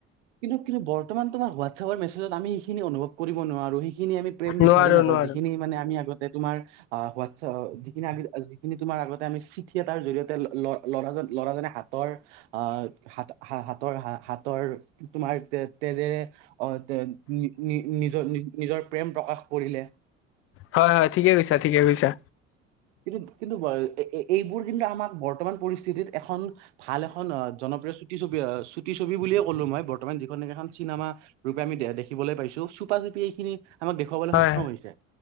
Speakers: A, on the right (about 65°); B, on the left (about 35°).
A: কিন্তু কিন্তু বৰ্তমান তোমাৰ হোৱাটছ'এপৰ মেছেজত আমি ইখিনি অনুভৱ কৰিব নোৱাৰোঁ যিখিনি আমি প্ৰেম বিচাৰি
B: নোৱাৰো
A: নাপাওঁ,
B: নোৱাৰো
A: যিখিনি মানে আমি আগতে তোমাৰ হোৱাটছ কিন্ত আমি যিখিনি তোমাৰ আগতে আমি চিঠি এটাৰ জৰিয়তে ল-ল'ৰাজন-ল'ৰাজনে হাতৰ-অহ হা-হাতৰ-হাতৰ তোমাৰ তে-তেজেৰে ৰে নি-নি-নি-নিজৰ-নিজৰ প্ৰেম প্ৰকাশ কৰিলে।
B: হয়, হয়। ঠিকে কৈছা, ঠিকে কৈছা।
A: কিন্তু, কিন্তু এ-এ- এইবোৰ কিন্তু আমাক বৰ্তমান পৰিস্থিতি চিঠিত এখন, ভাল এখন অহ জনপ্ৰিয় চুটি ছবি হয়, চুটি ছবি বুলিয়ে ক'লো মই, বৰ্তমান যিখন এখন চি চিনেমা ৰূপে আমি দে-দেখিবলৈ পাইছো চুপা চুপি এইখিনি আমাক দেখুৱাবলৈ
B: হয়
A: সক্ষম হৈছে,